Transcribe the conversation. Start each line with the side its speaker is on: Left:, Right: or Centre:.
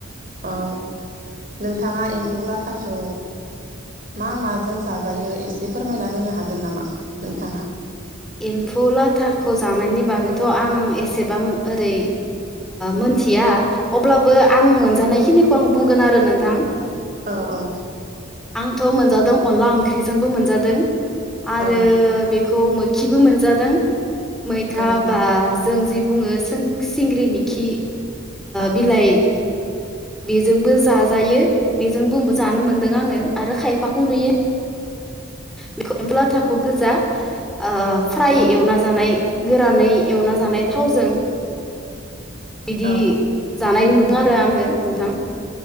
Right: औ नोंथाङा एम्फौ लाथा खौ मा माजों जाजायो एसे फोरमायना होनो हागोन नामा? नोंथाङा?
Centre: एम्फौ लाथाखौ जानायनि बागै थ' आं एसेबां ओरै मोनथिया अब्लाबो आं मोनजानायखिनि नि खौ आं बुंगोन आरो नोंथां।
Right: औ औ।
Centre: आंथ' मोनजादों अनला ओंख्रिजोंबो मोनजादों आरो
Right: औ
Centre: खौ मोखिबो मोनादों मैथा
Right: औ नों
Centre: बा जों जि बुङो सिंग्रि मिखि
Right: औ
Centre: बिलाइ बेजोंबो जाजायो बेजोंबो जानो मोनदों आङो आरो खायफाखौ नुयो। बेखौ एम्फौ लाथाखौ गोजा ओ फ्राय
Right: औ
Centre: एवना जानाय गोरानै एवना जानाय थावजों बिदि
Right: औ
Centre: जानाय नुदों आरो आङो नोंथां।